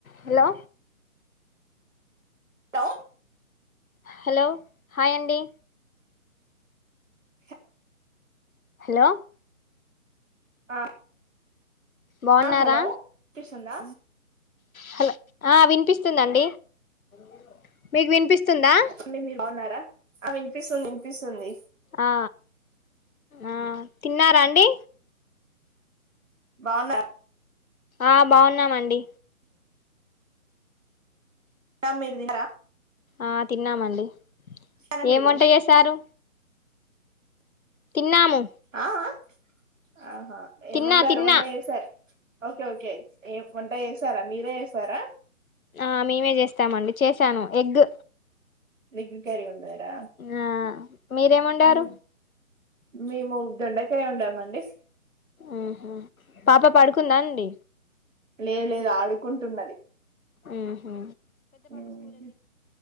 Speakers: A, on the left (about 70°); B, on the right (about 60°).
A: Hello
B: లో
A: hello hi అండి
B: hello
A: hello
B: ఆ
A: బావున్నారా
B: హలో వినిపిస్తుందా
A: హ ఆ వినిపిస్తుందండి బ మీకు వినిపిస్తుందా
B: అండి మీరు బాగున్నారా ఆ వినిపిస్తుంది వినిపిస్తుంది
A: ఆ ఆ తిన్నారా అండి
B: బావున్నా
A: ఆ బావున్నామండి
B: నం మీరు దినరా
A: ఆ తిన్నామండి
B: తిన్నారా
A: ఏమ్
B: మీరు
A: వంట చేసారు తిన్నాము.
B: ఆ ఆ ఆహా ఏంవండారు,
A: తిన్నా తిన్నా
B: వంట చేసారు. ఓకే ఓకే ఏం వంట చేసారా? మీరే చేసారా?
A: ఆ మేమే చేస్తామండి. చేసాను. ఎగ్
B: ఎగ్ కర్రీ వం డారా
A: ఆ మీరేమండారు
B: హ్ మేము దొండకాయ వండామండి.
A: ఆహా పాప పడుకుందా అండి.
B: లేదు లేదు ఆడుకుంటున్నది.
A: ఆహా
B: హుహ్